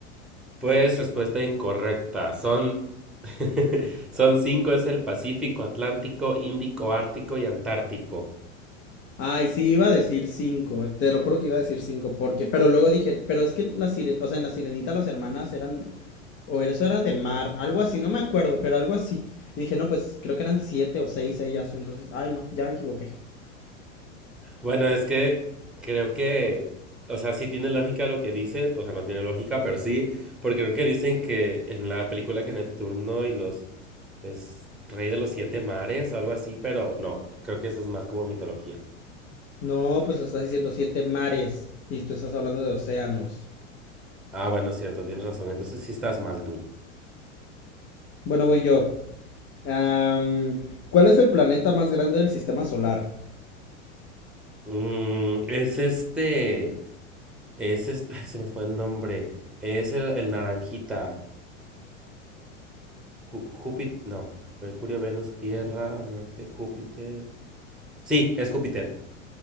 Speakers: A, in the centre; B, on the left.
A: Pues respuesta incorrecta. Son <laughs> son cinco es el Pacífico, Atlántico, Índico, Ártico y Antártico.
B: Ay, sí, iba a decir cinco. Te lo juro que iba a decir cinco, porque. Pero luego dije, pero es que la sire... o sea, en la sirenita las hermanas eran O eso era de mar, algo así, no me acuerdo, pero algo así. Y dije, no, pues creo que eran siete o seis ellas. Entonces, ay, no, ya me equivoqué.
A: Bueno, es que creo que o sea, sí tiene lógica lo que dices, o sea, no tiene lógica, pero sí, porque creo que dicen que en la película que Neptuno y los es rey de los siete mares o algo así, pero no, creo que eso es más como mitología.
B: No, pues lo estás diciendo siete mares. Y tú estás hablando de océanos.
A: Ah, bueno, cierto, tienes razón. Entonces sí estás mal tú.
B: Bueno, voy yo. Am, ¿cuál es el planeta más grande del sistema solar?
A: Mm, es este. Es este. Ay, se me fue el nombre. Es el, el naranjita. Júpiter. No. Mercurio, Venus, Tierra, Marte, Júpiter. Sí, es Júpiter.